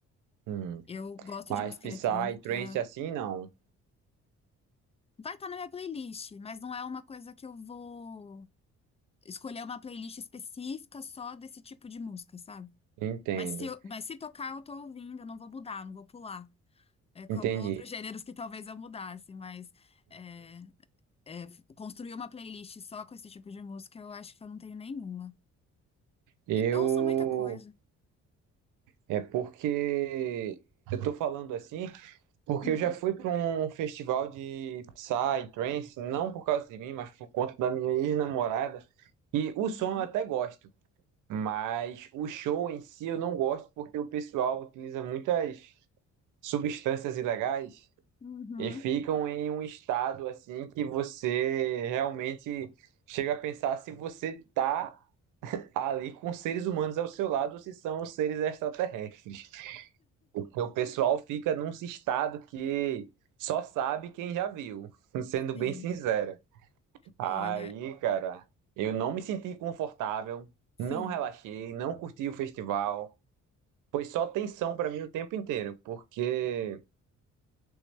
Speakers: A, on the right; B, on the left.
A: Hum.
B: Eu gosto
A: Mas
B: de música
A: Psy,
B: eletrônica.
A: Trance assim, não.
B: Vai estar na minha playlist, mas não é uma coisa que eu vou escolher uma playlist específica só desse tipo de música, sabe?
A: Entendo,
B: Mas se, eu- mas se tocar, eu tô ouvindo, eu não vou mudar, não vou pular. É como
A: entendi.
B: outros gêneros que talvez eu mudasse, mas é, é, construir uma playlist só com esse tipo de música, eu acho que eu não tenho nenhuma.
A: Eu
B: É, Eu ouço muita coisa.
A: é porque eu tô falando assim, porque
B: Hum,
A: eu já fui para um festival de Psy, trance, não por causa de mim, mas por conta da minha ex-namorada. E o
B: Uhum,
A: som eu até gosto, mas o show em si eu não gosto porque o pessoal utiliza muitas substâncias ilegais
B: uhum,
A: e ficam em um estado assim que você realmente chega a pensar se você tá ali com seres humanos ao seu lado, se são seres extraterrestres. Porque o pessoal fica num estado que só sabe quem já viu, <laughs> sendo
B: sim.
A: bem sincera. Aí,
B: Olha,
A: cara, eu não me senti confortável,
B: sim,
A: não relaxei, não curti o festival. Foi só tensão pra mim o tempo inteiro, porque